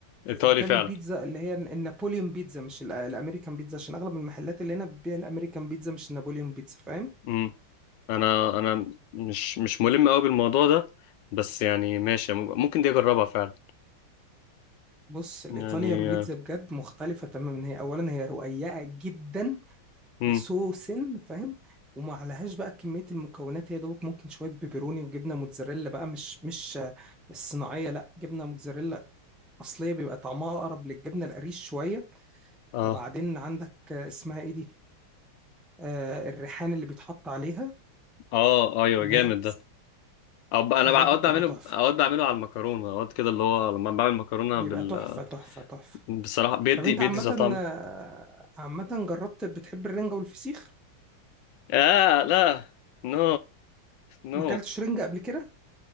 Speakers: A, on the left; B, in the centre.
A: ايطالي
B: آه، بتعمل
A: فعلا
B: بيتزا اللي هي النابوليون بيتزا مش ال- الامريكان بيتزا عشان اغلب المحلات اللي هنا بتبيع الامريكان بيتزا مش النابوليون بيتزا فاهم
A: مم. انا انا مش مش ملم قوي بالموضوع ده بس يعني ماشي ممكن دي اجربها فعلا
B: بص الايطاليان
A: يعني
B: بيتزا
A: آه،
B: بجد مختلفه تماما هي اولا هي رقيقه جدا
A: مم.
B: سو سن فاهم وما عليهاش بقى كمية المكونات هي دوبك ممكن شوية بيبروني وجبنة موتزاريلا بقى مش مش آه، الصناعية لا جبنة موتزاريلا أصلية بيبقى طعمها أقرب للجبنة القريش شوية
A: اه
B: وبعدين عندك آه، اسمها إيه دي آه الريحان اللي بيتحط عليها
A: اه ايوه
B: بجد
A: جامد ده أو ب- انا
B: بجد
A: اوقات
B: بتبقى
A: بعمله
B: تحفة
A: اوقات بعمله على المكرونه اوقات كده اللي هو لما بعمل مكرونه
B: بيبقى
A: بال
B: تحفة تحفة تحفة
A: بصراحه بيدي
B: طب أنت
A: بيدي
B: عامة
A: زي طعم
B: آه، عامة جربت بتحب الرنجة والفسيخ
A: اه لا نو نو
B: ما أكلتش رنجة قبل كده